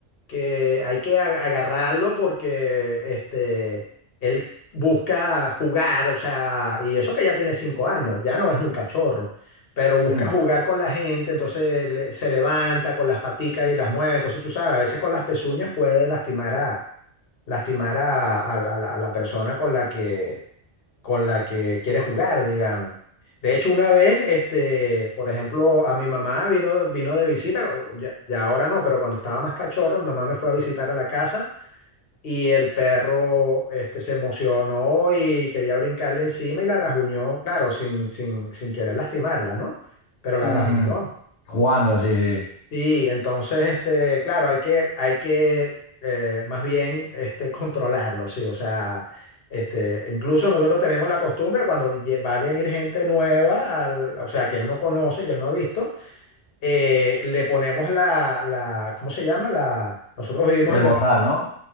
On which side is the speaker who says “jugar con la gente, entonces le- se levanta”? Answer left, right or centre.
Left